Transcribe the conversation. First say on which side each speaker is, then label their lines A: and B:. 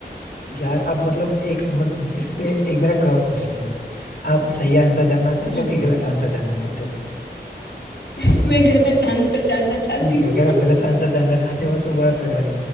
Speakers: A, on the left; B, on the left.
A: यार आप मतलब एक मतलब इस पे एक मेरा क्रॉस क्वेश्चन है आप सही आंसर जानना चाहते
B: हाँ,
A: हो कि गलत आंसर जानना चाहते हो
B: <laughs> मैं गलत आंसर जानना चाहती
A: ठीक है
B: हूँ
A: अगर आप
B: <laughs>
A: गलत आंसर जानना चाहते हो तो वो है फरवरी